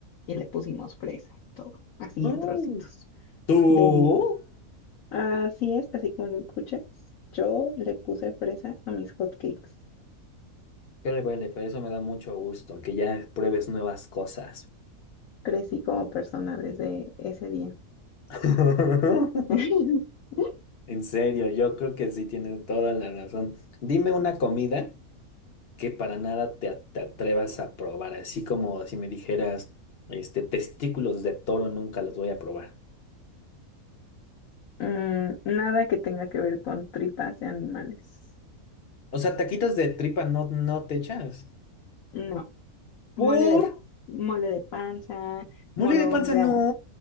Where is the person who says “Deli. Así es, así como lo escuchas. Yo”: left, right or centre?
Left